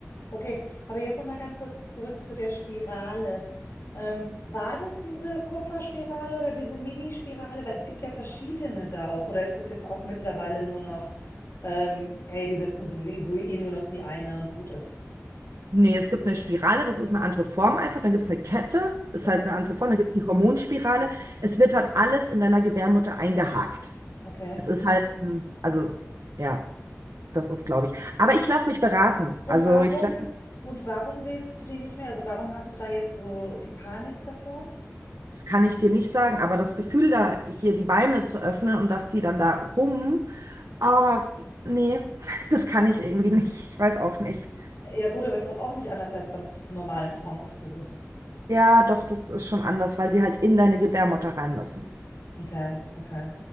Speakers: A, on the left; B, on the right.
A: Okay, aber jetzt noch mal ganz kurz zurück zu der Spirale. Ähm, war das diese Kupferspirale oder diese Mini-Spirale? Weil es gibt ja verschiedene da auch. Oder ist das jetzt auch mittlerweile nur noch, ähm, hey, die setzen sowieso eh nur noch die eine und gut ist?
B: Nee, es gibt eine Spirale, das ist eine andere Form einfach. Dann gibt es eine Kette, ist
A: Okay,
B: halt eine andere Form. Dann gibt es die Hormonspirale. Es wird halt alles in deiner Gebärmutter eingehakt.
A: okay.
B: Es ist halt, ein- also, ja. Das ist, glaube ich. Aber ich lasse mich beraten.
A: Und
B: Also
A: warum,
B: ich lasse mich,
A: und warum willst du die nicht mehr? Also warum hast du da jetzt so die Panik davor?
B: das kann ich dir nicht sagen, aber das Gefühl, da hier die Beine zu öffnen und dass die dann da rum, ah, nee, <laughs> das kann ich irgendwie nicht. Ich weiß auch nicht.
A: Äh, Ja gut, aber ist doch auch nicht anders als beim normalen Frauenarztbesuch.
B: Ja, doch, das ist schon anders, weil sie halt in deine Gebärmutter rein müssen.
A: Okay, okay.